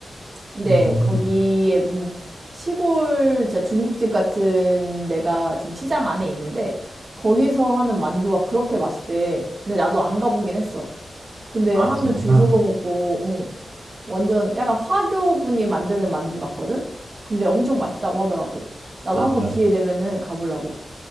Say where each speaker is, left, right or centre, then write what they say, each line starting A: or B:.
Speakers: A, on the right (about 40°); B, on the right (about 60°).
A: 근데
B: 음.
A: 거기에 무슨 시골 진짜 중국집 같은 데가 지금 시장 안에 있는데, 거기서 하는 만두가 그렇게 맛있대. 근데 나도 안 가보긴 했어. 근데
B: 아
A: 사람들
B: 진짜?
A: 줄 서서 먹고, 응. 완전 약간 화교분이 만드는 만두 같거든? 근데 엄청 맛있다고 하더라고. 나도
B: 아
A: 한번
B: 맞아.
A: 기회 되면은 가보려고.